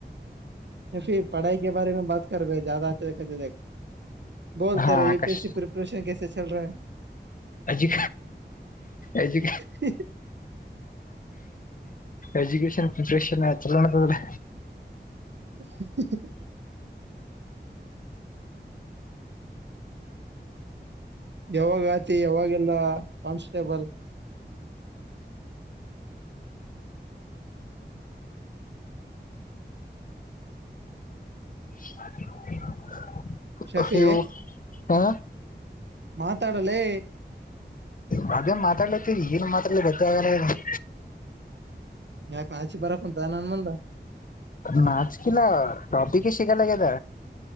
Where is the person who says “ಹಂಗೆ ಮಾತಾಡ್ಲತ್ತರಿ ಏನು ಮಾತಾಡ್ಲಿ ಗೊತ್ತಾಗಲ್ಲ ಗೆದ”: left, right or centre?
Left